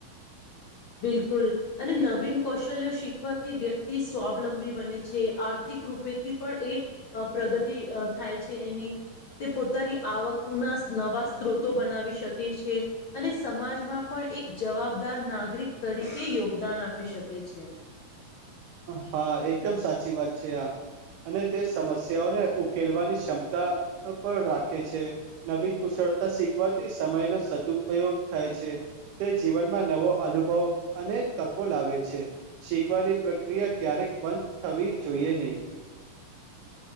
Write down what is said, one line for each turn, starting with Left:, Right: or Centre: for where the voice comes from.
Left: બિલકુલ, અને નવીન કૌશલ્યો શીખવાથી વ્યક્તિ સ્વાવલંબી બને છે આ આર્થિક રૂપેથી પણ એ, પ્રગતિ થાય છે એની. તે પોતાની આવકના નવા સ્ત્રોતો બનાવી શકે છે, અને સમાજમાં પણ એક જવાબદાર નાગરિક તરીકે યોગદાન આપી શકે છે.
Right: હા એકદમ સાચી વાત છે આ, અને તે સમસ્યાઓને ઉકેલવાની ક્ષમતા પણ રાખે છે, નવી કુશળતા શીખવાથી સમય નો સદુપયોગ થાય છે. તે જીવનમાં નવો અનુભવ અને તકો લાવે છે, શીખવાની પ્રક્રિયા ક્યારેક બંધ થવી જોઈએ નહીં.